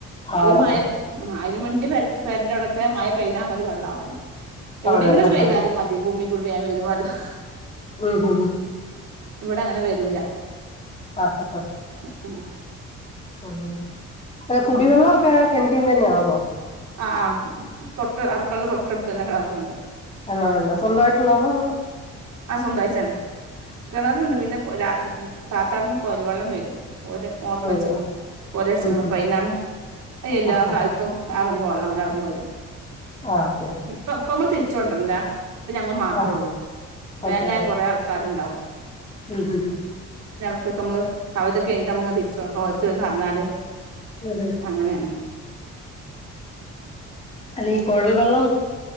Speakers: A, on the left (about 20°); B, on the right (about 70°).
A: ആണോ
B: ഒരു മയ <unintelligible> അരിമണി പേർക്കും പേരിൻ്റെടൊക്കേ മയ പെയ്താ മതി വള്ളാവാന് എവിടെങ്കും
A: അങ്ങനെ ആഹ്
B: പോയതാലും മതി ഭൂമി കൂടേവേയം വരുല്ലം
A: ഉം ഹും ഹും
B: ഇവിടങ്ങനെ വരൂല.
A: ആഹ് ഹ ഹാ
B: ഉം
A: <unintelligible> കുടിവെള്ളമൊക്കെ കെണറ്റന്ന് തന്നെയാണ അപ്പ
B: ആഹ് ആഹ് തൊട്ട് അടുക്കളുടെ തൊട്ടടുത്ത് തന്നെ കിണാറുണ്ട്
A: <unintelligible> സ്വന്തമായിട്ടുള്ള ആളാണോ
B: ആ സ്വന്തയിട്ടന്നെ കിണറുണ്ട് പിന്നെ താത്താടന്ന് കൊയൽ വെള്ളം വരും ഓര് മോട്രചക്കണ്
A: വരുവോ
B: <unintelligible>
A: ഉം ഹും
B: അയ്ൻ എല്ലാകാലത്തും
A: ആഹ് ഹ
B: റമ്മ് വള്ള അങ്ങന അവിടുന്ന് വരും
A: ആഹ് ഓക്കെ
B: പം പമ തിര് കൊണ്ടരണ്ടാ അപ്പൊ ഞങ്ങൾ മാത്രേ
A: ആഹ്
B: ഉള്ളു വേനാലായ
A: അത്ര
B: <inaudible> കുറെേ ആൾക്കാരുണ്ടാവും
A: ഉം ഉം ഉ <unintelligible>
B: ക്കെ നമ്മള് അവവിതൊക്കെ എമ്മ തിരിച്ചോണ്ടോ ന്ന് പറഞ്ഞാല് <unintelligible>
A: ഹും
B: അങ്ങനെയാണ്
A: അല്ല കൊഴൽ വെള്ളം